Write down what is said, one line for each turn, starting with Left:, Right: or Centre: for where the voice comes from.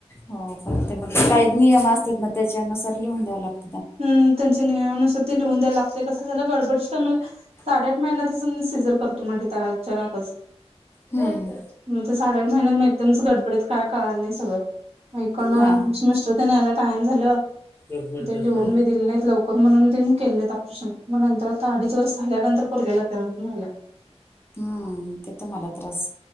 Left: हो फण ते मग काही नियम असत ना त्याच्यानुसार लिहून द्यावं लागत.
Right: ह् त्यांचे नियनुसार ते लिहून द्याय लागत कसं झा गडबडी च्य टीमला. साडेआठ महिन्यातचून सीझर करतो म्हणल्यात अचानकच.
Left: हम्म
Right: मग ते साडेआठ महिन्यात मग एकदमच गडबडीत काय कळाल नाही सगळं मग हिकडं
Left: हा
Right: मिस्टर ते यायला टाइम झालं.
Left: हम्म
Right: लिहून बी दिले नाहीत लवकर म्हणून त्यांनी केले ऑपरेशन मग नंतर आता अडीच वर्ष झाल्यानंतर पोरग्याला त्रास झालं.
Left: हम्म ते तुम्हाला त्रास.